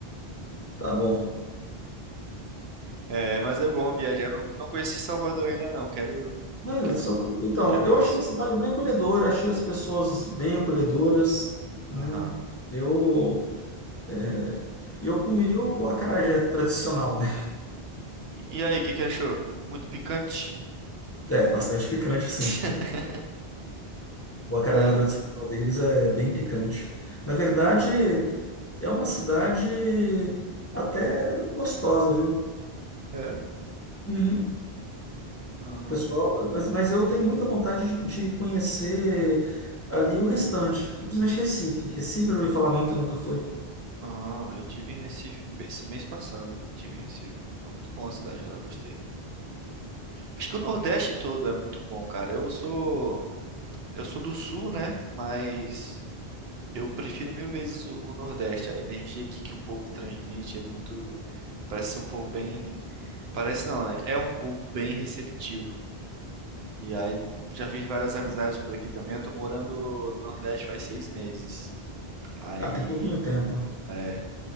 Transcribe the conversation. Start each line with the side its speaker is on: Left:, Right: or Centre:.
Left: Tá bom.
Right: É, mas é bom viajar. Eu Não, não conheci Salvador ainda não. Quero,
Left: Mas,
Right: quero,
Left: eu sou- então,
Right: quero
Left: eu
Right: conhecer.
Left: achei uma cidade bem acolhedora, achei as pessoas bem acolhedoras, né?
Right: Aham.
Left: Eu, é, e eu comi o acarajé tradicional, né?
Right: E, e aí, o que que achou? Muito picante?
Left: É, bastante picante, sim.
Right: <laughs>
Left: O acarajé
Right: Tá,
Left: tradicional deles é bem picante. Na verdade, é uma cidade até gostosa, viu?
Right: é?
Left: Uhum.
Right: Não, não.
Left: Pessoal, mas, mas eu tenho muita vontade de, de conhecer ali o restante, e principalmente Recife. Recife eu já ouvi falar muito, eu nunca fui.
Right: Ah, eu tive em Recife be- esse mês passado. eu Tive em Recife. É muito bom a cidade lá, eu gostei. Acho que o Nordeste todo é muito bom, cara. Eu sou, eu sou do Sul, né? Mas eu prefiro mil vezes o, o Nordeste. A energia aqui que o povo transmite é muito. Parece ser um povo bem. Parece não, né? É um povo bem receptivo. E aí já fiz várias amizades por aqui também. Eu tô morando no Nordeste faz seis meses. Aí
Left: Até pouquinho tempo.
Right: é,